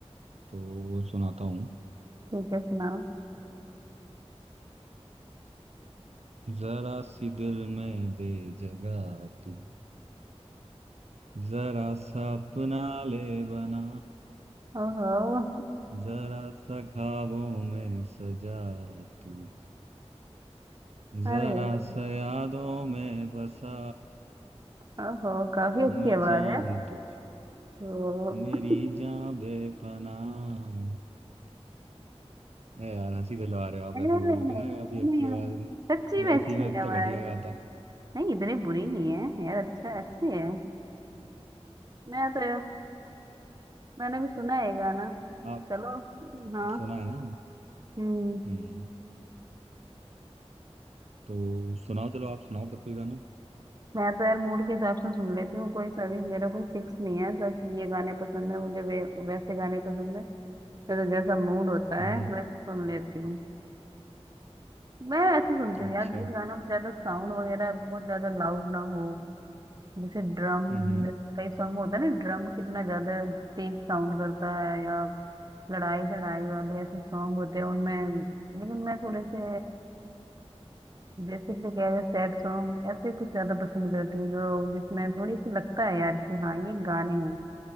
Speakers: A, on the right; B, on the right.
A: तो सुनाता हूँ
B: ठीक है सुनाओ
A: जरा सी दिल में दे जगह तू जरा सा अपना ले बना
B: ओहो
A: जरा सा ख्वाबों में सजा तू
B: अरे
A: जरा
B: वाह
A: सा यादों में बसा
B: ओहो काफी अच्छी
A: मैं
B: आवाज
A: चाहूं
B: है
A: तुझ
B: तो
A: मेरी जान बेपनाह ए यार हंसी दिलवा रहे हो आप
B: नहीं
A: ऐसे
B: नहीं नहीं
A: बोल के
B: नहीं
A: ना आपकी अच्छी
B: नहीं नहीं,
A: आवाज
B: नहीं,
A: है ना।
B: सच्ची में
A: वैसे
B: अच्छी
A: ही मैं इतना
B: आवाज
A: घटिया गाता हूँ
B: नहीं इतनी बुरी नहीं है यार अच्छा अच्छी है मैं तो यार मैंने भी सुना है ये गाना
A: आप
B: चलो हाँ
A: सुना है ना
B: हम्म
A: हम्म तो सुनाओ चलो आप सुनाओ पर कोई गाना
B: मैं तो यार मूड के हिसाब से सुन लेती हूँ कोई सभी मेरा कोई फिक्स नहीं है ऐसा कि ये गाने पसंद है मुझे वे वैसे गाने पसंद है मेरा जैसा मूड होता
A: हम्म
B: है वैसे सुन लेती हूँ मैं ऐसे सुनती
A: अच्छा
B: हूँ यार जिस गाना में ज्यादा साउंड वगैरह बहुत ज्यादा लाउड ना हो जैसे ड्रम
A: हम्म
B: जैसे कई सॉन्ग में होता है ना ड्रम कितना ज्यादा तेज साउंड करता है या लड़ाई लड़ाई वाले ऐसे सॉन्ग होते हैं उनमें लेकिन मैं थोड़े से बेसिकली क्या है सैड सॉन्ग ऐसे कुछ ज्यादा पसंद करती हूँ जो जिसमें थोड़ी सी लगता है यार कि हाँ ये गाने हैं